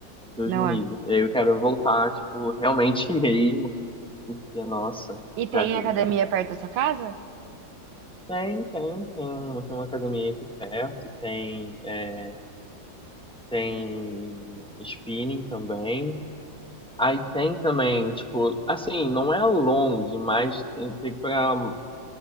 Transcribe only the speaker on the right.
Não
é?
E
tem
academia
perto da sua casa?